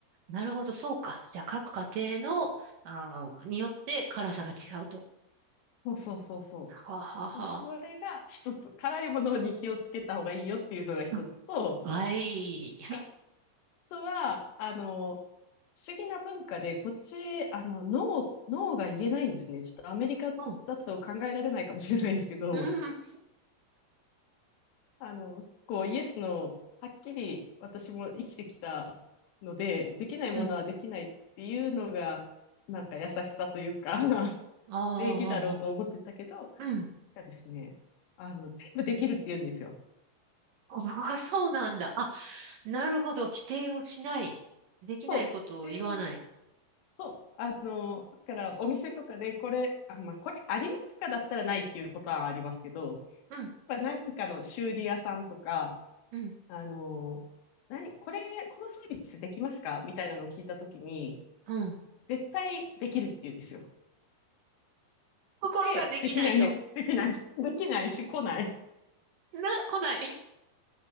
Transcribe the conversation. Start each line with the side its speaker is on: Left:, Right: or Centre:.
Right: なるほど、そうか。じゃあ、各家庭の、あーによって辛さが違うと。
Left: そうそうそうそ
Right: はあはあは
Left: う。それが一つ、辛いものに気をつけた方がいいよっていうのが一つと、
Right: あ。うんはい。はい。
Left: あとは、あの、不思議な文化で、こっち、あの、ノー、ノーが言えないんですね。ちょっとアメリカだと考えられないかもしれないですけど、
Right: うん、うん、うん、
Left: あの、こう、イエスの、はっきり私も生きてきたので、できないものはできないっていうのが、
Right: うん。
Left: なんか優しさというか、<laughs>
Right: あーあー、
Left: 礼儀だろうと思ってたけど、
Right: あーうん。
Left: がですね、あの、全部できるって言うんですよ。
Right: ああ、そうなんだ。あ、なるほど。否定をしない。できないことを言わない。
Left: そう。っていう、そう。あの、だからお店とかで、これ、あ、まあ、これありますかだったらないっていうパターンはありますけど、
Right: うん、
Left: まあ、なんかの修理屋さんとか、
Right: うん、
Left: あの、何、これ、このサービスできますかみたいなのを聞いたときに、
Right: うん。
Left: 絶対できるって言うんですよ。
Right: <laughs> 心ができないと。
Left: で、できない、<laughs> できない、できないし来ない。
Right: な、来ない。